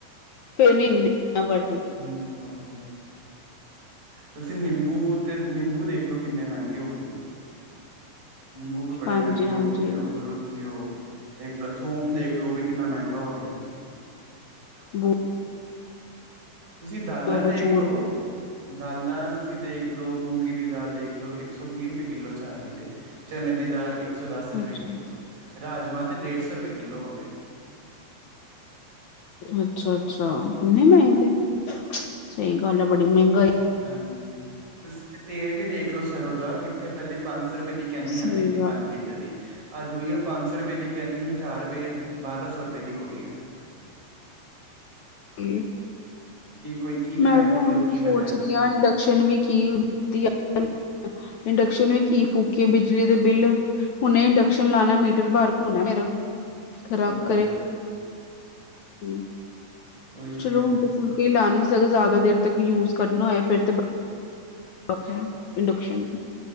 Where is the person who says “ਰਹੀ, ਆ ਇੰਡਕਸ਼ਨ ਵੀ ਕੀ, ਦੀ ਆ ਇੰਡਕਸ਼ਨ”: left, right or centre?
Left